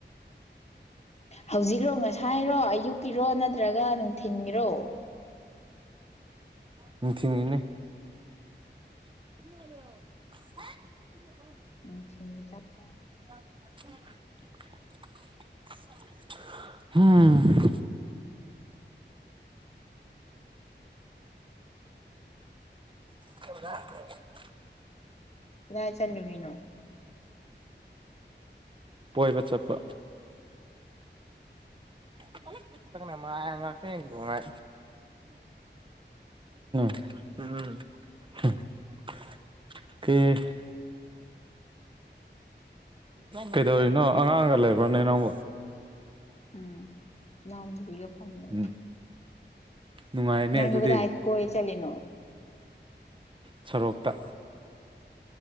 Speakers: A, on the left; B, on the right.
A: ꯍꯧꯖꯤꯛꯔꯣ ꯉꯁꯥꯏꯔꯣ ꯑꯌꯨꯛꯀꯤꯔꯣ ꯅꯠꯇ꯭ꯔꯒ ꯅꯨꯡꯊꯤꯟꯒꯤꯔꯣ
B: ꯅꯨꯡꯊꯤꯟꯒꯤꯅꯦ <unintelligible>
A: ꯅꯨꯡꯊꯤꯟꯒꯤ ꯆꯥꯛ ꯆꯥꯗ꯭ꯔꯤ
B: <unintelligible> ꯍꯨꯝ <unintelligible>
A: ꯀꯗꯥꯏ ꯆꯠꯂꯨꯔꯤꯅꯣ
B: <inaudible> ꯀꯣꯏꯕ ꯆꯠꯄ <unintelligible> ꯎꯝ ꯑꯩꯁꯨꯅꯦ <unintelligible> <unintelligible> ꯀꯩꯗꯧꯔꯤꯅꯣ ꯑꯉꯥꯡꯒ ꯂꯩꯕ꯭ꯔꯣꯅꯦ ꯅꯪꯕꯣ
A: ꯎꯝ ꯢꯅꯥꯎꯄꯤꯒ ꯐꯝ ꯂꯩ
B: ꯎꯝ ꯅꯨꯡꯉꯥꯏꯅꯦ
A: ꯅꯪꯁꯨ
B: ꯑꯗꯨꯗꯤ
A: ꯀꯗꯥꯢ ꯀꯣꯢ ꯆꯠꯂꯤꯅꯣ
B: ꯁꯣꯔꯣꯛꯇ